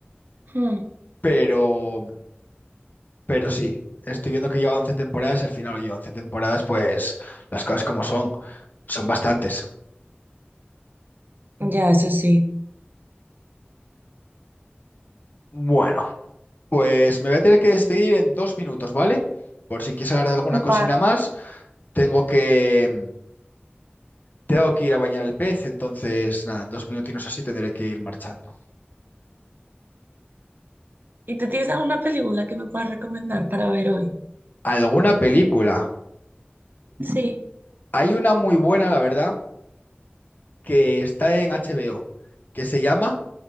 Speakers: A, on the right; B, on the left.
A: Hmm.
B: pero, pero sí. Estoy viendo que lleva 11 temporadas y al final lleva 11 temporadas, pues las cosas como son, son bastantes.
A: Ya, eso sí.
B: Bueno, pues me voy a tener que despedir en dos minutos, ¿vale? Por si quieres hablar de alguna cosina
A: Vale.
B: más, tengo que, Tengo que ir a bañar el pez, entonces nada, en dos minutinos así tendré que ir marchando.
A: ¿Y tú tienes alguna película que me puedas recomendar para ver hoy?
B: ¿Alguna película?
A: Sí.
B: Hay una muy buena, la verdad, que está en HBO, que se llama